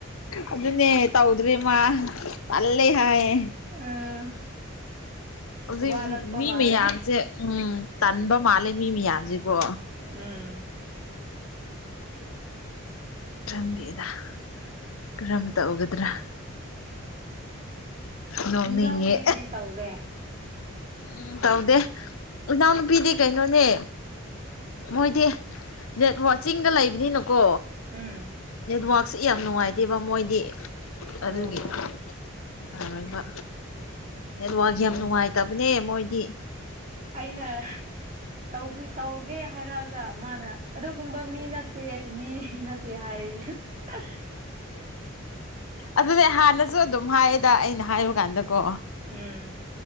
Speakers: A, on the left; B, on the right.
A: ꯑꯗꯨꯅꯦ ꯇꯧꯗ꯭ꯔꯔꯤꯃ ꯑꯂꯦ ꯍꯥꯏꯦ
B: ꯎꯝ
A: ꯍꯧꯖꯤꯛ
B: ꯋꯥꯔꯛꯄ
A: ꯃꯤ
B: ꯃꯥꯜꯂꯦ
A: ꯃꯌꯥꯝꯁꯦ ꯎꯝ ꯇꯟꯕ ꯃꯥꯜꯂꯦ ꯃꯤ ꯃꯌꯥꯝꯁꯤꯀꯣ
B: ꯎꯝ ꯎꯝ
A: ꯈꯪꯗꯦꯦꯗ ꯀꯔꯝꯇꯧꯒꯗ꯭ꯔꯥ ꯅꯣꯛꯅꯤꯡꯉꯦ
B: ꯅꯝꯕꯤꯗꯤ ꯇꯧꯗꯦ
A: ꯎꯝ ꯇꯧꯗꯦ ꯏꯅꯥꯎꯅꯨꯄꯤꯗꯤ ꯀꯩꯅꯣꯅꯦ ꯃꯣꯏꯗꯤ ꯅꯦꯠ ꯋꯥꯆꯤꯡꯗ ꯂꯩꯕꯅꯤꯅꯀꯣ
B: ꯎꯝ
A: ꯅꯦꯠꯋꯔꯛꯁꯦ ꯌꯥꯝ ꯅꯨꯡꯉꯥꯏꯇꯦꯕ ꯃꯣꯏꯗꯤ
B: ꯑꯣ
A: ꯑꯗꯨꯒꯤ ꯌꯥꯔꯣꯏꯕ ꯅꯦꯠꯋꯥꯛ
B: ꯎꯝ
A: ꯌꯥꯝ ꯅꯨꯡꯉꯥꯏꯇꯕꯅꯦ ꯃꯣꯏꯗꯤ
B: ꯑꯩꯅ ꯇꯧꯕꯤ ꯇꯧꯒꯦ ꯍꯥꯏꯔꯛꯑꯒ ꯃꯥꯅ ꯑꯗꯨꯒꯨꯝꯕ ꯃꯤ ꯅꯠꯇꯦ ꯃꯤ ꯅꯠꯇꯦ ꯍꯥꯏꯌꯦ ꯑ
A: ꯑꯗꯨꯅꯦ ꯍꯥꯟꯅꯁꯨ ꯑꯗꯨꯝ ꯍꯥꯏꯌꯦꯗ ꯑꯩꯅ ꯍꯥꯏꯕ ꯀꯥꯟꯗꯀꯣ
B: ꯎꯝ